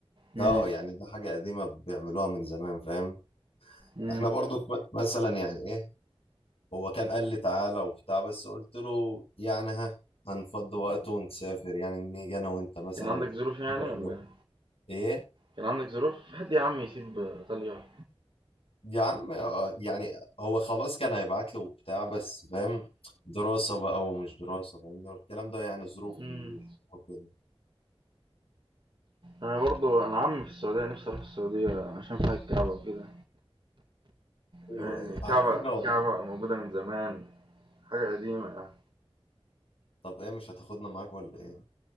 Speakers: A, on the right; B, on the left.
A: امم
B: اه يعني ده حاجه قديمه بيعملوها من زمان فاهم
A: امم
B: احنا برضو كم- مثلا يعني ايه هو كان قال لي تعالى وبتاع بس قلت له يعني ها هنفضي وقت ونسافر يعني نيجي انا وانت مثلا
A: كان عندك ظروف يعني
B: نروح
A: ولا
B: ده.
A: ايه؟
B: ايه
A: كان عندك ظروف في حد يا عم يسيب ايطاليا
B: يا عم آه، يعني هو خلاص كان هيبعت له وبتاع بس فاهم دراسة بقى ومش دراسة فاهم الكلام ده يعني ظروف
A: امم
B: الحياة وكده
A: انا برضو انا عمي في السعودية نفسي اروح السعودية عشان فيها الكعبة وكده
B: ايوه
A: يعني
B: ايوه
A: الكعبة
B: على فكرة
A: الكعبة
B: والله
A: موجودة من زمان حاجة قديمة
B: طب ايه مش هتاخدنا معاك ولا ايه